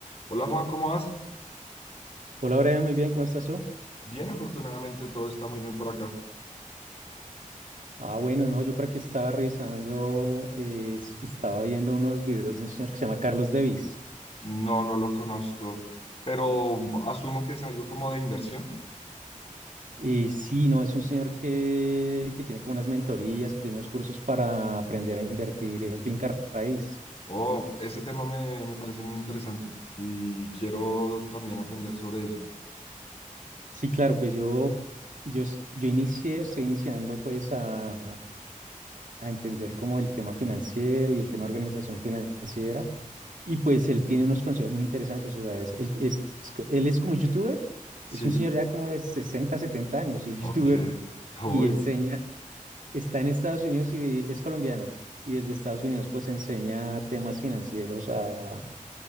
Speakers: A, on the left; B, on the right.
A: Hola Juan, ¿cómo vas?
B: Hola, Brian, muy bien, ¿cómo estás tú?
A: Bien, afortunadamente todo está muy bien por acá.
B: Ah, bueno, no, yo por aquí estaba revisando, eh, s- estaba viendo unos videos de un señor que se llama Carlos Devis.
A: No, no lo conozco, pero asumo que es algo como de inversión.
B: Y sí, no, es un señor que, que tiene como unas mentorías, que tiene unos cursos para aprender a invertir en finca raíz.
A: Oh, ese tema me, me parece muy interesante y quiero también aprender sobre ello.
B: Sí, claro, pues yo, yo, es- yo inicié, estoy iniciando pues a, a entender como el tema financiero y el tema organización financiera. Y pues él tiene unos consejos muy interesantes. O sea, es, él, es, él es como youtuber,
A: Sí,
B: es un señor ya como de 60 70 años y es youtuber
A: ok, <laughs> hoy,
B: y enseña, está en Estados Unidos y es colombiano. Y desde Estados Unidos pues enseña temas financieros a,